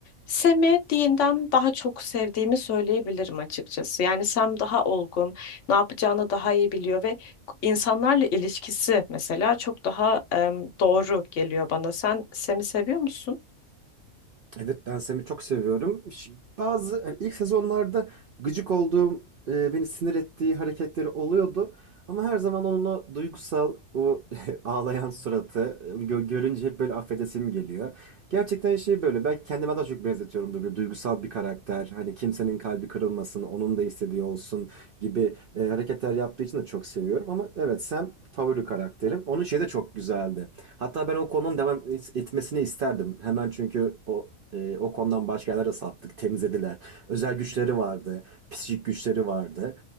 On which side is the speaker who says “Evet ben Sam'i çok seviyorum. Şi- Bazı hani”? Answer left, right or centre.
Right